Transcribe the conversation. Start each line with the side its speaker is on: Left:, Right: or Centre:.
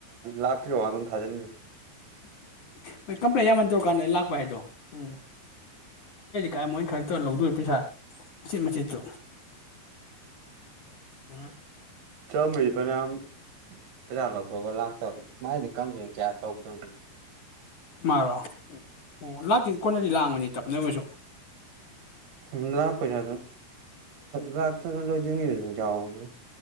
Right: ꯂꯥꯛꯇ꯭ꯔꯤ ꯋꯥꯗ ꯑꯗꯨꯝ ꯊꯥꯖꯤꯟꯕꯤꯌꯨ
Left: ꯍꯣꯏ ꯀꯝꯄ꯭ꯂꯦꯟ ꯌꯥꯝꯃꯅ ꯇꯧꯔꯀꯥꯟꯗ ꯂꯥꯛꯄ ꯍꯥꯏꯗꯣ ꯎꯝ ꯀꯥꯏ ꯃꯣꯏꯅ ꯈꯔꯛꯇꯧ ꯂꯧꯗꯣꯏ ꯄꯩꯁꯥ ꯃꯆꯤꯠ ꯃꯆꯤꯠꯇꯨ ꯎ
Right: ꯆ ꯃꯔꯤꯄꯅ ꯌꯥꯝ ꯄꯩꯁꯥ ꯂꯧꯊꯣꯛꯑꯒ ꯂꯥꯛꯇꯧꯋꯦ ꯃꯥꯏꯗꯤ ꯀꯝꯊꯅ ꯀꯌꯥ ꯇꯧꯗꯣꯏꯅꯤ
Left: ꯃꯥꯔꯣ ꯑꯣ ꯑꯣ ꯂꯥꯛꯇꯗꯤ ꯀꯣꯟꯅꯗꯤ ꯂꯥꯡꯕꯅꯤ ꯇꯞꯅꯕꯁꯨ
Right: ꯝ ꯂꯥꯛꯄꯖ ꯑꯗꯨ ꯂꯥꯛ ꯂꯥꯛ ꯂꯣꯏ ꯆꯋꯥ ꯃ